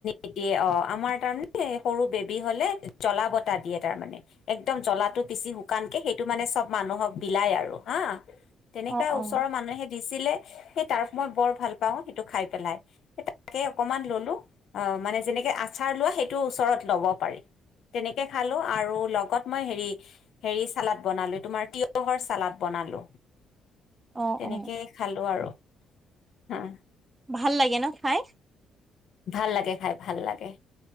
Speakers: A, on the left; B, on the right.
A: এ দিয়ে অ, আমাৰ তাৰমানে সৰু বেবী হ'লে জলা বটা দিয়ে তাৰমানে। একদম জলাটো পিচি শুকানকে সেইটো মানে চব মানুহক বিলায় আৰু। হাঁ? তেনেকা
B: অ
A: ওচৰৰ
B: অ
A: মানুহে দিছিলে সেই তাৰ মই বৰ ভাল পাওঁ সেইটো খাই পেলাই। সে তাকে অকমান ললোঁ। অ, মানে যেনেকে আচাৰ লোৱা সেইটো ওচৰত লব পাৰি। তেনেকে খালোঁ আৰু লগত মই হেৰি, হেৰি চালাদ বনালো তোমাৰ তিয়হৰ চালাদ। বনালোঁ।
B: অ
A: তেনেকেই
B: অ
A: খালোঁ আৰু, হম।
B: ভাল লাগে ন' খাই?
A: ভাল লাগে খাই ভাল লাগে।